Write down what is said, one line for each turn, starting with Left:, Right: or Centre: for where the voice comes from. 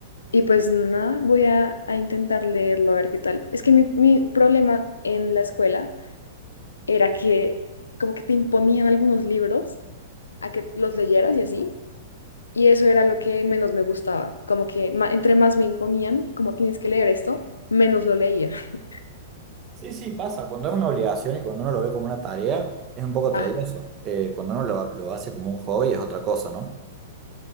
Left: Y pues nada, voy a, a intentar leerlo a ver qué tal. Es que mi, mi problema en la escuela era que como que te imponían algunos libros a que los leyeras y así. Y eso era lo que menos me gustaba. Como que ma- entre más me imponían, como tienes que leer esto, menos lo leía. <laughs>
Right: Sí, sí, pasa. Cuando es una obligación y cuando uno lo ve como una tarea, es un poco tedioso.
Left: Ah,
Right: Eh, cuando uno lo, lo hace como un hobby es otra cosa, ¿no?